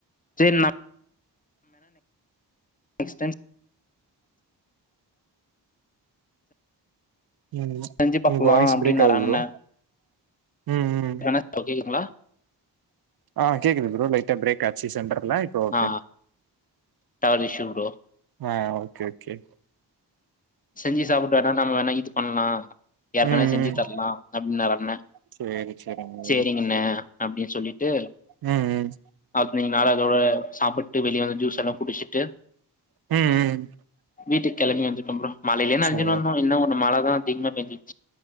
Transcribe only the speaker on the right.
ம்
உங்க வாய்ஸ்
பிரேக் ஆகுது
ப்ரோ ம் ம்
ஆ கேக்குது ப்ரோ லைட்டா பிரேக் காட்சி சென்ற எல்லா இப்ப ஓகே
ஆ ஓகே ஓகே
ம்
ம்
சேரி சேரிங்க
ம் ம்
ம் ம்
சேரி